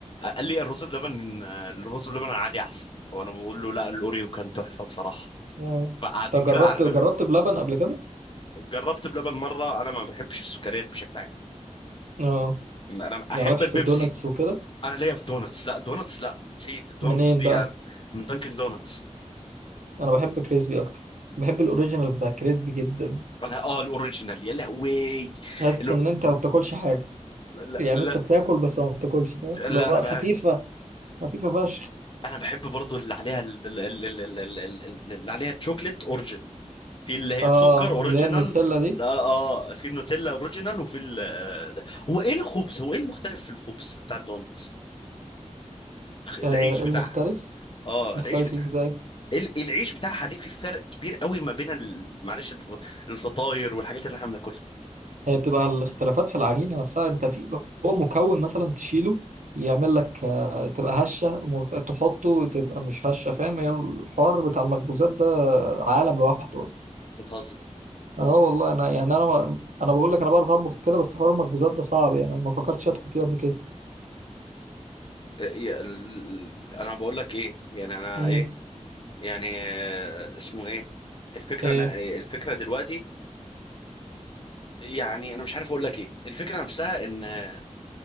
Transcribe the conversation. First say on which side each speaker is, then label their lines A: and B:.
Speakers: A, on the left; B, on the right.
A: قال لي الرز بلبن الرز بلبن العادي احسن وانا بقول له لا الاوريو كان تحفه بصراحه
B: اه
A: فقاعدين
B: طب
A: كده
B: جربت
A: عارف
B: جربت بلبن قبل كده
A: جربت بلبن مره انا ما بحبش السكريات بشكل عام
B: اه
A: انا احب
B: يعني مالكش
A: البيبسي
B: في الدونتس وكده
A: انا ليا في دونتس لا دونتس لا نسيت الدونتس
B: منين
A: دي
B: بقى
A: يعني من دانكن دونتس
B: انا بحب كريسبي اكتر بحب الاوريجينال بتاع كريسبي جدا
A: انا اه الاوريجينال يا لهوي
B: تحس
A: الأور...
B: ان انت ما بتاكلش حاجه
A: لا,
B: يعني
A: لا
B: انت بتاكل بس ما بتاكلش فاهم اللي
A: لا
B: هو
A: انا بقى
B: خفيف خفيفة فشخ
A: انا بحب برضو اللي عليها ال- ال- ال- ال- ال- ال- ال- اللي عليها تشوكلت اوريجينال في اللي هي
B: اه
A: بسكر اوريجينال
B: اللي هي النوتيلا دي
A: لا اه في النوتيلا اوريجينال وفي ال... ده. هو ايه الخبز هو ايه المختلف في الخبز بتاع الدونتس العيش
B: آه إيه
A: بتاعها
B: المختلف
A: اه
B: مختلف
A: العيش بتاعها
B: ازاي
A: ال- العيش بتاعها ليه في فرق كبير قوي ما بين ال- معلش الف- الفطاير والحاجات اللي احنا بناكلها
B: هي بتبقى الاختلافات في العجينة نفسها انت في هو مكون مثلا تشيله يعمل لك آه تبقى هشة م- تحطه تبقى مش هشة فاهم هي الحوار بتاع المخبوزات ده عالم لوحده اصلا
A: بتهزر
B: اه والله انا يعني انا ما- انا بقول لك انا بعرف اطبخ كده بس حوار المخبوزات ده صعب يعني ما فكرتش ادخل فيه قبل كده
A: إيه- ال- انا بقول لك ايه يعني انا
B: امم
A: ايه يعني آه، اسمه ايه الفكره
B: ايه
A: أنا الفكره دلوقتي يعني انا مش عارف اقول لك ايه الفكره نفسها ان آه،